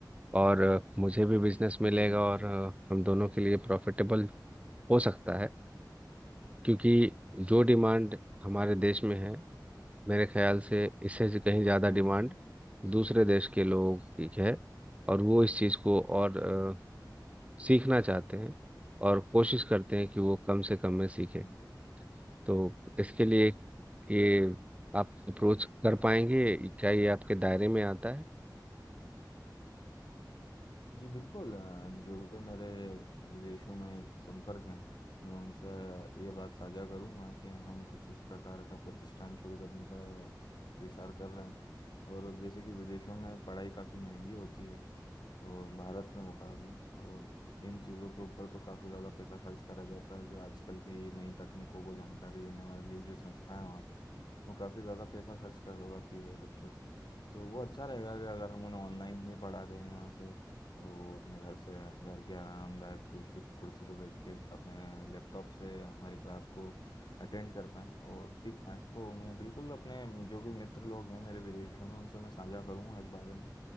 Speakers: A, on the right; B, on the left.
A: और मुझे भी बिजनेस मिलेगा
B: जी बिल्कुल
A: और हम दोनों के लिए प्रॉफिटेबल हो सकता है क्योंकि जो डिमांड हमारे देश में है मेरे ख्याल से इससे कहीं ज़्यादा
B: हम्म
A: डिमांड
B: हम्म
A: दूसरे देश के लोग ठीक है और वो इस चीज़ को और अ, सीखना चाहते हैं और कोशिश करते हैं कि वो कम से कम में सीखे
B: जी
A: तो इसके लिए ये आप अप्रोच कर पाएंगे क्या ये आपके दायरे में आता है
B: जी बिल्कुल अ, जो भी मेरे विदेशों में संपर्क हैं मैं उनसे ये बात साझा करूंगा कि हम कुछ इस प्रकार का प्रतिष्ठान शुरू करने का विचार कर रहे हैं और जैसे कि विदेशों में पढ़ाई काफ़ी महंगी होती है और भारत के मुकाबले और इन चीज़ों के ऊपर तो काफ़ी ज़्यादा पैसा खर्च करा जाता है जो आजकल की नई तकनीकों को जानकारी देने वाली जो संस्थाएं हैं वहाँ पर वो काफ़ी ज़्यादा पैसा खर्च करवाती है बच्चों से तो वो अच्छा रहेगा कि अगर हम उन्हें ऑनलाइन ही पढ़ा दें यहाँ से वो अपने घर से घर की आरामदायक कुर्सी कुर्सी पे बैठ के अपने लैपटॉप से हमारी क्लास को अटेंड कर पाएँ और सीख पाएँ तो मैं बिल्कुल अपने जो भी मित्र लोग हैं मेरे विदेशों में उनसे मैं साझा करूँगा इस बारे में